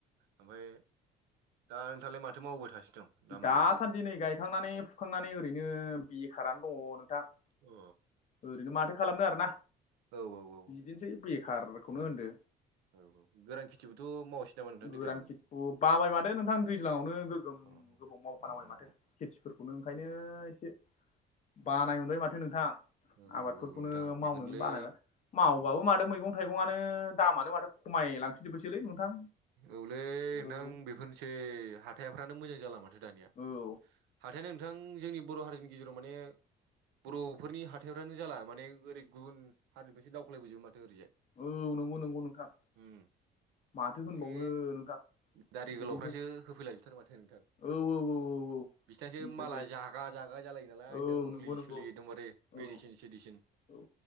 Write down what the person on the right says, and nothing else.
ओमफ्राय दा नोंथालाय माथो मावबोबाय थासिनो दं दामानिलाय
अ
औ औ औ
उम
औ औ गोर खथिबोथ' मावसै नामा नोंथां देग्लाय
नोङो?
अ
अ अ औ
औ
औ
औ
औ नोंथां बेफोरनोलै
औ
औलै
नोंथां बेफोरनोसै हाथाइफ्रानो मोजां जाला मा दानिया
हाथायानो नोंथां जोंनि बर' हारिनि गेजेराव माने बर'फोरनि हाथाइफ्रानो जाला माने ओरै गुबुन हारिनिफ्रायो दावख्लायबोजोबो माथो ओरैजाय
उम
बे
दारि
गोलावफ्रासो होफैला जोबथारो माथो नोंथां
बिसनासो
माला जागा जागा जालायो नालाय
नोंथां मुलि
सुलि एदमबारे
मेडिसिन सेडिसिन